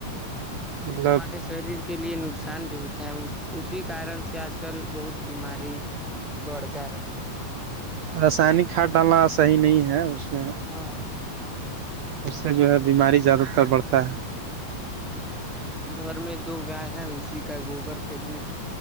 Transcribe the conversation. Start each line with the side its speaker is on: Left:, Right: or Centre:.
Right: مطلب
Centre: ہمارے شریر کے لیے نقصان بھی ہوتا ہے اسی کارن سے آج کل کل بہت بیماری بڑھ جا رہا ہے
Right: رسائنک کھاد ڈالنا صحیح نہیں ہے اس میں
Centre: ہاں
Right: اس سے جو ہے بیماری زیادہ تر بڑھتا ہے
Centre: گھر میں دو گائے ہے اسی کا گوبر کھیت میں